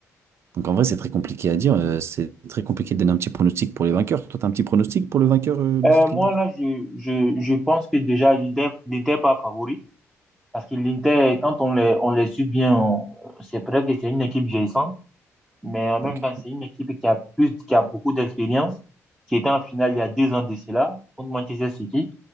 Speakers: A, on the right (about 50°); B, in the centre.
A: Donc, en vrai, c'est très compliqué à dire. euh, c'est très compliqué de donner un petit pronostic pour les vainqueurs. Toi, t'as un petit pronostic pour le vainqueur euh, de
B: Euh,
A: cette
B: moi,
A: Ligue des
B: là, je, je, je pense que déjà, l'Inter n'était pas favori. Parce que l'Inter, quand on les, on les suit bien, on- c'est vrai que c'est une équipe vieillissante. Mais en même
A: Champions?
B: temps, c'est
A: Ok.
B: une équipe qui a plus, qui a beaucoup d'expérience, qui était en finale il y a deux ans de cela, contre Manchester City.